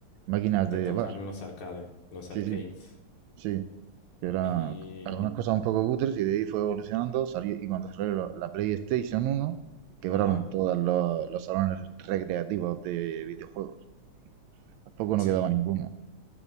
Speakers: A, on the right (about 80°); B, on the left (about 75°).
A: máquinas
B: te
A: de
B: tocan
A: bar.
B: los arcades, los
A: Sí,
B: arcades.
A: sí, Sí, que era
B: Y,
A: algunas cosas un poco cutres y de ahí fue evolucionando. Salió, y cuando salió la, la PlayStation uno quebraron
B: ajá,
A: todos los, los salones recreativos de videojuegos. Tampoco no
B: sí.
A: quedaba ninguno.